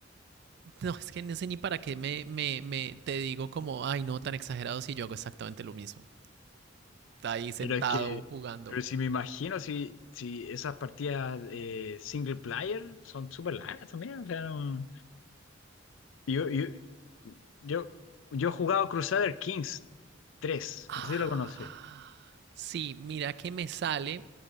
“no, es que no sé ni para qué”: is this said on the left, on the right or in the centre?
Right